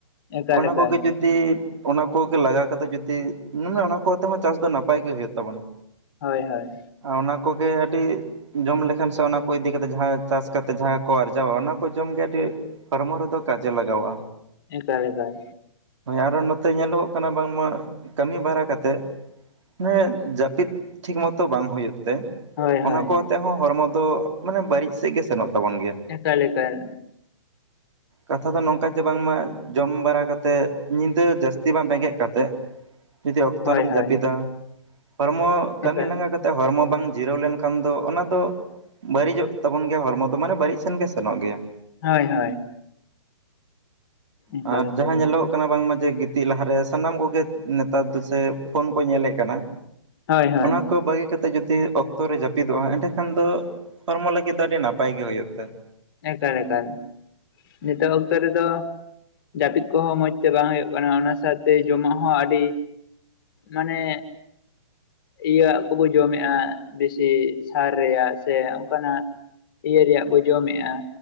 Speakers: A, on the left; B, on the right.
A: ᱮᱠᱟᱞ
B: ᱚᱱᱟ
A: ᱮᱠᱟᱞ
B: ᱠᱚᱜᱮ ᱡᱩ ᱫᱤ ᱚᱱᱟ ᱠᱚᱜᱮ ᱞᱟᱜᱟᱣ ᱠᱟᱛᱮᱫ ᱡᱩᱫᱤ ᱢᱟᱱᱮ ᱚᱱᱟ ᱠᱚ ᱟᱛᱮᱫ ᱦᱚᱸ ᱪᱟᱥ ᱫᱚ ᱱᱟᱯᱟᱭ ᱜᱮ ᱦᱩᱭᱩᱜ ᱛᱟᱵᱚᱱᱟ᱾
A: ᱦᱚᱭ ᱦᱚᱭ᱾
B: ᱚᱱᱟ ᱠᱚᱜᱮ ᱠᱟᱹᱴᱤᱡ ᱡᱚᱢ ᱞᱮᱠᱷᱟᱱ ᱥᱮ ᱚᱱᱟ ᱠᱚ ᱤᱫᱤ ᱠᱟᱛᱮᱫ ᱡᱟᱦᱟᱸ ᱪᱟᱥ ᱠᱟᱛᱮ ᱡᱟᱦᱟᱸ ᱠᱚ ᱟᱨᱡᱟᱣᱟ ᱚᱱᱟ ᱠᱚ ᱡᱚᱢ ᱜᱮ ᱟᱹᱰᱤ ᱦᱚᱲᱢᱚ ᱨᱮᱫᱚ ᱠᱟᱡᱮ ᱞᱟᱜᱟᱣᱼᱟ᱾
A: ᱮᱱᱠᱟ ᱞᱮᱠᱟᱱ,
B: ᱟᱨᱚ ᱱᱚᱛᱮ ᱧᱮᱞᱚᱜᱚᱜ ᱠᱟᱱᱟ ᱵᱟᱝᱢᱟ ᱠᱟᱹᱢᱤ ᱵᱟᱲᱟ ᱠᱟᱛᱮᱜ ᱦᱮᱸ, ᱡᱟᱹᱯᱤᱫ ᱴᱷᱤᱠ ᱢᱚᱛᱚ ᱵᱟᱝ ᱦᱩᱭᱩᱜ ᱛᱮ
A: ᱦᱳᱭ
B: ᱚᱱᱟ
A: ᱦᱳᱭ
B: ᱠᱚ ᱛᱮᱦᱚᱸ ᱦᱚᱲᱢᱚ ᱫᱚ ᱢᱟᱱᱮ ᱵᱟᱹᱲᱤᱡ ᱥᱮᱫ ᱜᱮ ᱥᱮᱱᱚᱜ ᱛᱚᱵᱚᱱ ᱜᱮᱭᱟ᱾
A: ᱮᱠᱟᱞ ᱮᱠᱟᱞ᱾
B: ᱠᱟᱛᱷᱟ ᱫᱚ ᱱᱚᱝᱠᱟ ᱡᱮ ᱵᱟᱝᱢᱟ ᱡᱚᱢ ᱵᱟᱲᱟ ᱠᱟᱛᱮᱫ ᱧᱤᱫᱟᱹ ᱡᱟᱹᱥᱛᱤ ᱵᱟᱝ ᱵᱮᱸᱜᱮᱫ ᱠᱟᱛᱮᱫ,
A: <unintelligible>
B: ᱡᱩᱫᱤ ᱚᱠᱛᱚ
A: ᱦᱳᱭ
B: ᱨᱮᱢ
A: ᱦᱳᱭ
B: ᱡᱟᱹᱯᱤᱫᱟ ᱦᱚᱲᱢᱚ ᱠᱟᱹᱢᱤ
A: ᱮᱠᱟᱞ
B: ᱞᱟᱸᱜᱟ
A: ᱮᱠᱟᱞ
B: ᱠᱟᱛᱮ ᱦᱚᱲᱢᱚ ᱵᱟᱝ ᱡᱤᱨᱟᱹᱣ ᱞᱮᱱᱠᱷᱟᱱ ᱫᱚ ᱚᱱᱟ ᱫᱚ ᱵᱟᱹᱲᱤᱡᱚᱜ ᱛᱟᱵᱚᱱ ᱜᱮᱭᱟ ᱦᱚᱲᱢᱚ ᱫᱚ ᱢᱟᱱᱮ ᱵᱟᱹᱲᱤᱡ ᱥᱮᱱ ᱜᱮ ᱥᱮᱱᱚᱜ ᱜᱮᱭᱟ᱾
A: ᱦᱳᱭ ᱦᱳᱭ ᱮᱠᱟᱞ
B: <inaudible> ᱟᱨ
A: ᱮᱠᱟᱞ
B: ᱡᱟᱦᱟᱸ
A: ᱜᱚᱢᱠᱮ
B: ᱧᱮᱞᱚᱜ ᱠᱟᱱᱟ ᱵᱟᱝᱢᱟ ᱡᱮ, ᱛᱤᱜ ᱞᱟᱦᱟᱨᱮ ᱥᱟᱱᱟᱢ ᱠᱚᱜᱮ ᱱᱮᱛᱟᱨ ᱫᱚ ᱥᱮ ᱯᱷᱳᱱ ᱠᱚ ᱧᱮᱞᱮᱫ ᱠᱟᱱᱟ᱾
A: ᱦᱳᱭ ᱦᱳᱭ
B: ᱚᱱᱟ ᱠᱚ ᱵᱟᱹᱜᱤ ᱠᱟᱛᱮᱜ ᱡᱩᱫᱤ ᱚᱠ ᱚᱠᱛᱚ ᱨᱮ ᱡᱟᱹᱯᱤᱫᱚᱜᱼᱟ ᱮᱸᱰᱮ ᱠᱷᱟᱱ ᱫᱚ ᱦᱚᱲᱢᱚ ᱞᱟᱹᱜᱤᱫ ᱫᱚ ᱟᱹᱰᱤ ᱱᱟᱯᱟᱭ ᱜᱮ ᱦᱩᱭᱩᱜ ᱛᱟᱭᱟ᱾
A: ᱮᱠᱟᱞ ᱮᱠᱟᱞ ᱱᱤᱛᱚᱜ ᱚᱠᱛᱚ ᱨᱮᱫᱚ, ᱡᱟᱹᱯᱤᱫ ᱠᱚᱦᱚᱸ ᱢᱚᱡᱽ ᱛᱮ ᱵᱟᱝ ᱦᱩᱭᱩᱜ ᱠᱟᱱᱟ ᱚᱱᱟ ᱥᱟᱶᱛᱮ ᱡᱚᱢᱟᱜ ᱦᱚᱸ ᱟᱹᱰᱤ, ᱢᱟᱱᱮ, ᱤᱭᱟᱹ ᱟᱜ ᱠᱚᱵᱚ ᱡᱚᱢᱮᱜᱼᱟ ᱵᱮᱥᱤ ᱥᱟᱨ ᱨᱮᱭᱟᱜ ᱥᱮ ᱚᱱᱠᱟᱱᱟᱜ, ᱤᱭᱟᱹ ᱨᱮᱭᱟᱜ ᱵᱚ ᱡᱚᱢᱮᱜᱼᱟ